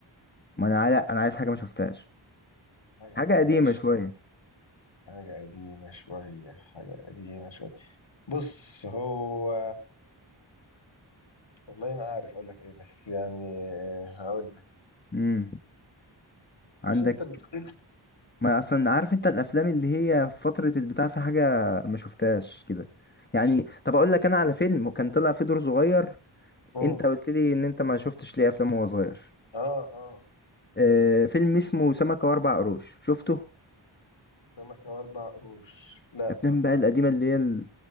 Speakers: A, on the left; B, on the left.
A: ما انا على انا عايز حاجة ما شفتهاش
B: حاجة ما
A: حاجة
B: شفتهاش
A: قديمة شوية
B: حاجة قديمة شوية حاجة قديمة شوية بص هو والله ما عارف أقول لك إيه بس يعني هقول لك
A: امم
B: مش
A: عندك
B: أنت بتقول
A: ما اصلا عارف انت الافلام اللي هي في فتره البتاع في حاجه ما شفتهاش كده يعني طب اقول لك انا على فيلم وكان طلع فيه دور صغير
B: مم.
A: انت قلت لي ان انت ما شفتش ليه افلام وهو صغير
B: آه آه
A: آه فيلم اسمه سمكه واربع قروش شفته
B: سمكة وأربع قروش لا
A: الافلام بقى القديمه اللي هي ال-